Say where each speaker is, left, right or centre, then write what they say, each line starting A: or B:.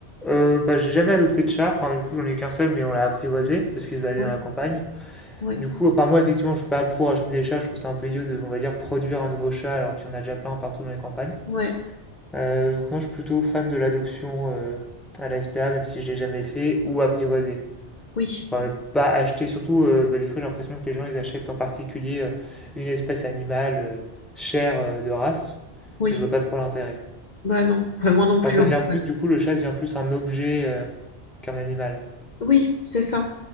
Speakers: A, in the centre; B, on the left (about 45°).
A: Euh, bah, j'ai jamais adopté de chat, enfin du coup j'en ai qu'un seul mais on l'a apprivoisé parce qu'il se baladait
B: ouais,
A: dans la campagne.
B: ouais,
A: Du coup, enfin moi effectivement je suis pas pour acheter des chats, je trouve ça un peu idiot de, on va dire, produire un nouveau chat alors qu'il y en a déjà plein partout dans les campagnes.
B: ouais,
A: Euh, donc moi je suis plutôt fan de l'adoption euh, à la SPA même si je l'ai jamais fait ou apprivoisé.
B: oui,
A: Enfin mais pas acheter, surtout euh, bah, des fois j'ai l'impression que les gens ils achètent en particulier euh, une espèce animale euh, chère euh, de race
B: oui,
A: et je vois pas trop l'intérêt.
B: bah non, Enfin, moi non plus
A: Enfin ça
B: en
A: devient
B: tout cas.
A: plus, du coup le chat devient plus un objet euh, qu'un animal.
B: Oui, c'est ça,